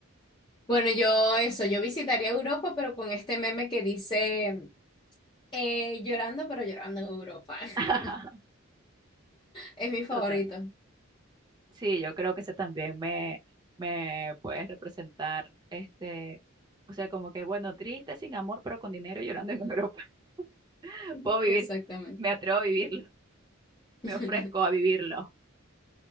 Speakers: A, on the left; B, on the right.
A: Bueno, yo eso, yo visitaría Europa, pero con este meme que dice eh, llorando, pero llorando en Europa.
B: <laughs>
A: <laughs> Es mi favorito.
B: Total. Sí, yo creo que eso también me, me puede representar, este, o sea, como que, bueno, triste, sin amor, pero con dinero y llorando en Europa. <laughs>
A: <laughs>
B: Puedo vivir,
A: Exactamente.
B: me atrevo a vivirlo, me
A: <laughs>
B: ofrezco a vivirlo.